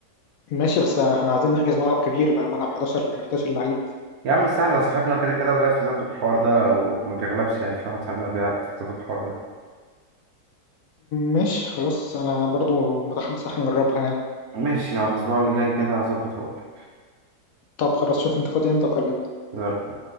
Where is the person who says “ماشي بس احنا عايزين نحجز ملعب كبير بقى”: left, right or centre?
Left